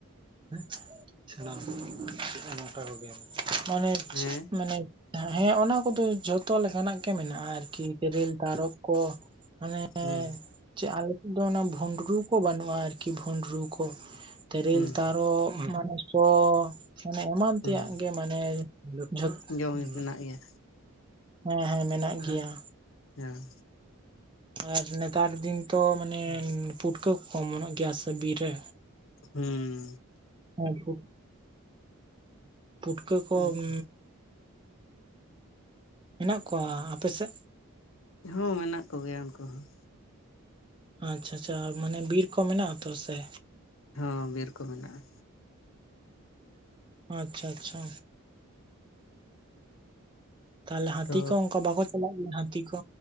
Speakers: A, on the right (about 20°); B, on the left (about 65°).
A: <unintelligible> ᱢᱟᱱᱮ
B: ᱦᱮᱸ
A: ᱪᱮᱫ ᱢᱟᱱᱮ ᱱᱷᱟᱜ ᱦᱮᱸ ᱚᱱᱟ ᱠᱚᱫᱚ ᱡᱷᱚᱛᱚ ᱞᱮᱠᱟᱱᱟᱜ ᱜᱮ ᱢᱮᱱᱟᱜᱼᱟ ᱟᱨᱠᱤ ᱛᱤᱨᱤᱞ ᱛᱟᱨᱚᱵ ᱠᱚ ᱢᱟᱱᱮ
B: ᱦᱩᱸᱻ
A: ᱪᱮ ᱟᱞᱮ ᱥᱮᱫ ᱫᱚ ᱚᱱᱟ ᱵᱷᱩᱸᱰᱨᱩ ᱠᱚ ᱵᱟᱹᱱᱩᱜᱼᱟ ᱟᱨᱠᱤ ᱵᱷᱩᱸᱰᱨᱩ ᱠᱚ ᱛᱤᱨᱤᱞ
B: ᱦᱩᱸ
A: ᱛᱟᱨᱚᱵ <unintelligible> ᱠᱚ ᱢᱟᱱᱮ ᱮᱢᱟᱱ
B: ᱦᱩᱸ
A: ᱛᱮᱭᱟᱜ ᱜᱮ ᱢᱟᱱᱮ <unintelligible>
B: ᱡᱚᱢ ᱢᱮᱱᱟᱜ ᱜᱮᱭᱟ
A: ᱦᱮᱸ ᱦᱮᱸ ᱢᱮᱱᱟᱜ ᱜᱮᱭᱟ
B: ᱦᱮᱸᱻ
A: ᱟᱨ ᱱᱮᱛᱟᱨ ᱫᱤᱱ ᱛᱚ ᱢᱟᱱᱮ ᱯᱩᱴᱠᱟᱹ ᱠᱚᱠᱚ ᱚᱢᱚᱱᱚᱜ ᱜᱮᱭᱟ ᱥᱮ ᱵᱤᱨ ᱨᱮ
B: ᱦᱩᱸᱻ
A: ᱦᱮᱸ <unintelligible> ᱯᱩᱴᱠᱟᱹ ᱠᱚ
B: ᱩᱱᱠᱩ
A: ᱩᱸᱻ ᱢᱮᱱᱟᱜ ᱠᱚᱣᱟ ᱟᱯᱮ ᱥᱮᱫ
B: ᱦᱩᱸ ᱢᱮᱱᱟᱜ ᱠᱚᱜᱮᱭᱟ ᱩᱱᱠᱩ ᱦᱚᱸ
A: ᱟᱪᱷᱟ ᱟᱪᱷᱟ ᱢᱟᱱᱮ ᱵᱤᱨ ᱠᱚ ᱢᱮᱱᱟᱜ ᱟᱛᱚ ᱥᱮ
B: ᱦᱚᱸ ᱵᱤᱨ ᱠᱚ ᱢᱮᱱᱟᱜᱼᱟ
A: ᱟᱪᱷᱟ ᱟᱪᱷᱟ ᱛᱟᱦᱚᱞᱮ ᱦᱟᱹᱛᱤ
B: ᱛᱚ
A: ᱠᱚ ᱚᱱᱠᱟ ᱵᱟᱠᱚ ᱪᱟᱞᱟᱜ ᱜᱮᱭᱟ ᱦᱟᱹᱛᱤ ᱠᱚ